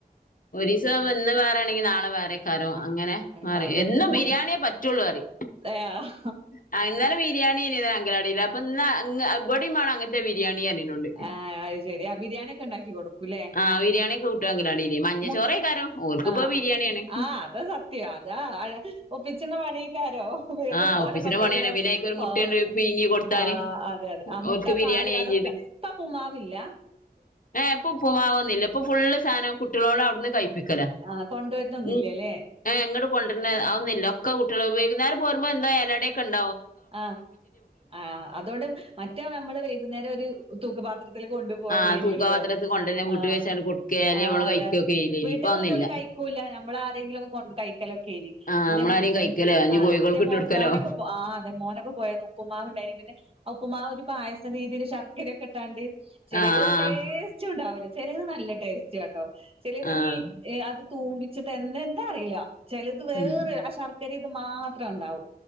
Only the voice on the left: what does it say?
ഒരീസം വന്ന് വേറെ ആണെങ്കി നാളെ വേറെകാരം
അങ്ങനെ
മാറി എന്നും
ബിരിയാണിയേ പറ്റുള്ളു അറി
ആ ഇന്നലെ ബിരിയാണി ഇനി ഇതിന അങ്കലാടിയില്ല അപ്പൊ ഇ ഇബടിവണം അങ്ങനത്തെ ബിരിയാണി പറഞ് എന്നോട്
ആഹ് ബിരിയാണിയൊക്കെ കിട്ടും അങ്കലാടിയില് മഞ്ഞച്ചോറേക്കാരം
ഓൽക്കിപ്പോ
ബിരിയാണിയാണ്
ആഹ്
ഒപ്പിച്ചിന്റെ
പണിയാണ് പിന്നെ അയ്ക്ക് ഒരു മുട്ടണ്ട്
പീങ്ങി കൊടുത്താല്
ഓൽക്ക് ബിരിയാണി
ആയിം
ഏ ഇപ്പൊ ഉപ്പുമാവന്നുല്ല ഇപ്പൊ ഫുള് സാധനം കുട്ടികളോട് അവിടുന്ന് കഴിപ്പിക്കല
ഉം ഏഹ് ഇങ്ങട്ട് കൊണ്ടര്ന്നെ അതൊന്നുല്ല അതൊക്കെ കുട്ടികളാ ഉപയോഗിക്കുന്ന നേര പോരുമ്പോ എന്താ എലടക്കെണ്ട
ആഹ് തൂക്കപാത്രത്ത്
കൊണ്ടന്നെ വീട്ടിൽ
വെച്ചാണ്ട് കൊടുക്കേ അല്ലെ
നമ്മള്
കഴിക്കൊക്കെ ചെയ്യലേനി
ഇപ്പൊ അതൊന്നുല്ല
ആഹ്
നമ്മളാരേം
കഴിക്കലോ ഇഞ്ഞ് കോഴികൾക്ക് ഇട്ട് കൊടുക്കലോ
ആഹ്
ആഹ്
ഉം